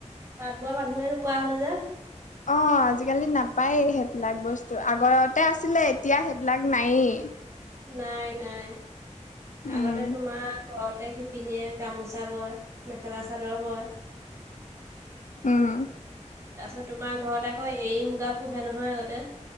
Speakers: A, on the right; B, on the left.
A: তাঁত বোৱা মানুহে নোপোৱা হ'ল যে।
B: অ আজিকালি নাপায় সেইবিলাক বস্তু আগৰতে আছিলে এতিয়া সেইবিলাক নায়েই।
A: নাই নাই
B: উম,
A: আগতে তোমাৰ ঘৰতে খে শিপিনেয়ে গামোচা বয় মেখেলা চাদৰ বয়।
B: উম
A: তাৰপিছত তোমাৰ ঘৰত আকৌ এৰী মুগা পোহে নহয় আগতে।